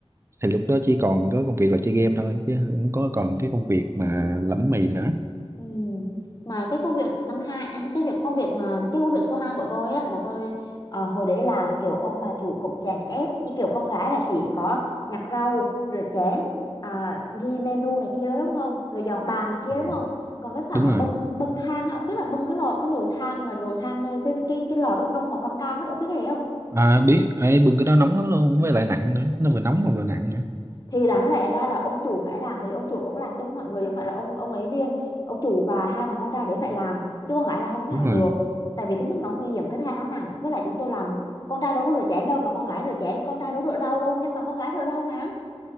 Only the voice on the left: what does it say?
ừ. mà cái công việc năm hai anh cái việc công việc mà cái công việc số 2 của tôi á là tôi ờ, hồi đấy là kiểu ông bà chủ cũng chèn ép như kiểu con gái là chỉ có nhặt rau rửa chén à, ghi menu này kia đúng không rồi dọn bàn này kia
đúng không còn cái khoảng
mà
bưng bưng thang á ông biết là bưng cái lò cái nồi than mà nồi than nơi cái cái cái lò đúc nung màu cam cam ấy ông biết cái đấy không
thì đáng lẽ ra là ông chủ phải làm thì ông chủ cũng làm chung mọi người không phải là ông ông ấy riêng ông chủ và hai thằng con trai đấy phải làm chứ con gái là không làm
được tại vì thứ nhất nó nguy hiểm cái thứ hai nó nặng với lại chúng tôi làm con trai đâu có rửa chén đâu mà con gái rửa chén con trai đâu rửa rau đâu nhưng mà con gái rửa rau mà